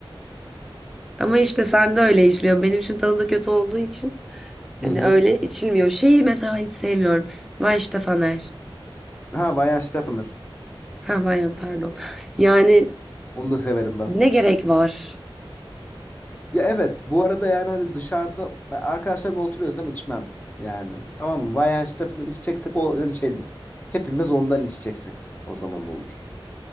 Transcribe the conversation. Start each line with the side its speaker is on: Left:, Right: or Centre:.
Centre: Ama işte sen de öyle içiliyor. Benim için tadı da kötü olduğu için
Left: Hı
Centre: hani
Left: hı.
Centre: öyle içilmiyor. Şeyi mesela hiç sevmiyorum. Vay işte Faner.
Left: Ha Bayan Steffner.
Centre: Ha Vayan pardon. Yani
Left: Onu da severim ben.
Centre: ne gerek var?
Left: Ya evet bu arada yani hani dışarıda ben arkadaşlarımla oturuyorsam içmem. Yani tamam mı? Bayan Steffner içeceksek o hani şeydir. Hepimiz ondan içeceksek o zaman olur.